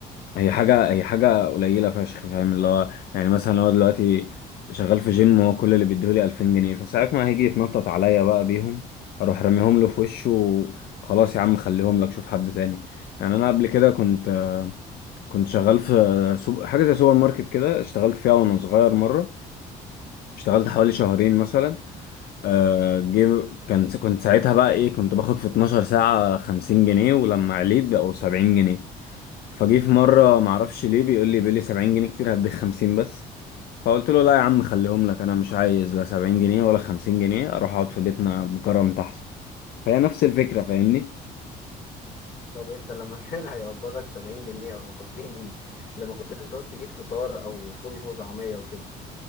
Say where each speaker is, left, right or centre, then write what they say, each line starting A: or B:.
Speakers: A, on the left; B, on the left.
A: هي حاجه هي حاجه قليله فشخ فاهم اللي هو يعني مثلا لو دلوقتي شغال في جيم وهو كل اللي بيديهولي 2000 جنيه فساعة ما هيجي يتنطط عليا بقى بيهم اروح راميهم له في وشه وخلاص يا عم خليهم لك شوف حد تاني يعني انا قبل كده كنت كنت شغال في سوب... حاجه زي سوبر ماركت كده اشتغلت فيها وانا صغير مره اشتغلت حوالي شهرين مثلا آه جيب كان كنت ساعتها بقى ايه كنت باخد في 12 ساعة 50 جنيه ولما عليت بقوا 70 جنيه فجي في مرة معرفش ليه بيقول لي بيقول لي 70 جنيه كتير هديك 50 بس فقلت له لا يا عم خليهم لك انا مش عايز لا 70 جنيه ولا 50 جنيه اروح اقعد في بيتنا بكرم احسن فهي نفس الفكرة فاهمني
B: طب انت لما <laughs> كان هيقبضك 70 جنيه او 50 جنيه لما كنت بتعوز تجيب فطار او فول وطعمية وكده